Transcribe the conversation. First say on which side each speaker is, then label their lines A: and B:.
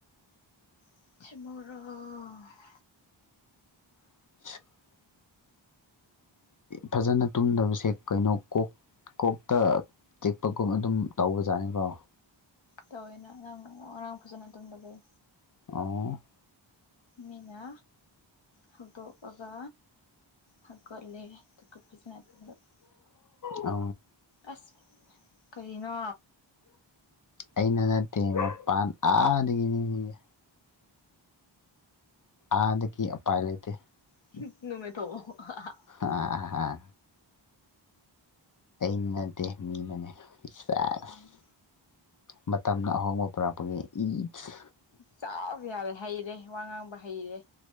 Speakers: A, on the left; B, on the left.
A: <unintelligible>
B: <unintelligible> ꯐꯖꯅ ꯇꯨꯝꯗꯕꯁꯦ ꯀꯩꯅꯣ ꯀꯣꯛ ꯀꯣꯛꯇ ꯆꯤꯛꯄꯒꯨꯝ ꯑꯗꯨꯝ ꯇꯧꯕꯖꯥꯠꯅꯤꯀꯣ
A: ꯇꯧꯋꯦꯅ ꯅꯪ ꯉꯔꯥꯡ ꯐꯖꯅ ꯇꯨꯝꯗꯕꯩ
B: ꯑꯣ
A: ꯃꯤꯅꯥ ꯍꯧꯗꯣꯛꯑꯒ ꯍꯧꯒꯠꯂꯦ ꯑꯗꯨꯒ ꯐꯖꯅ ꯊꯤꯡꯒꯠꯄꯤ
B: ꯑꯥ
A: ꯑꯁ ꯀꯩꯅꯣ
B: ꯑꯩꯅ ꯅꯠꯇꯦ ꯃꯄꯥꯟ ꯑꯥꯗꯒꯤꯅꯤ ꯑꯥꯗꯒꯤ ꯎꯄꯥꯏ ꯂꯩꯇꯦ
A: <inaudible>
B: ꯑꯥ <unintelligible>
A: ꯎꯝ
B: ꯃꯇꯝꯅ ꯑꯍꯣꯡꯕ ꯄꯨꯔꯛꯄꯅꯤ ꯏꯁ
A: ꯆꯥꯎꯁꯨ ꯌꯥꯔꯦ ꯍꯩꯔꯦ ꯋꯥ ꯉꯥꯡꯕ ꯍꯩꯔꯦ